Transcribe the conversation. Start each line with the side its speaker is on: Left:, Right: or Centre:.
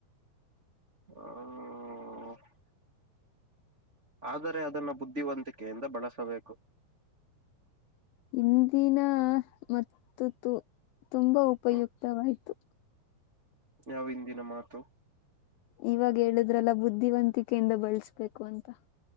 Right: ಹಾ..... ಆದರೆ ಅದನ್ನ ಬುದ್ಧಿವಂತಿಕೆಯಿಂದ ಬಳಸಬೇಕು.
Left: ಇಂದಿನ ಮತ್ತು ತುಂಬಾ ಉಪಯುಕ್ತವಾಯಿತು.
Right: ಹ್ಮ್ ಯಾವ ಹಿಂದಿನ ಮಾತು.
Left: ಇವಾಗ ಹೇಳಿದ್ರಲ್ಲ ಬುದ್ಧಿವಂತಿಕೆಯಿಂದ ಬಳಸ್ಬೇಕು ಅಂತ.